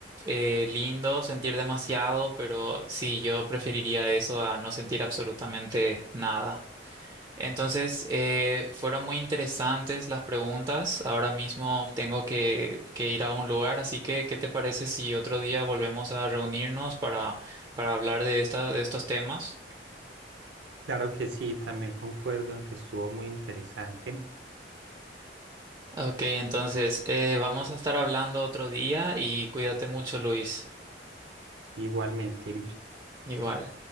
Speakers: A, on the right; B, on the right.
A: Eh, lindo sentir demasiado, pero sí, yo preferiría eso a no sentir absolutamente nada. Entonces, eh, fueron muy interesantes las preguntas. Ahora mismo tengo que, que ir a un lugar, así que, ¿qué te parece si otro día volvemos a reunirnos para, para hablar de esta, de estos temas?
B: Claro que sí, también concuerdo en que estuvo muy interesante,
A: Ok, entonces, eh, vamos a estar hablando otro día y cuídate mucho, Luis.
B: igualmente.
A: Igual.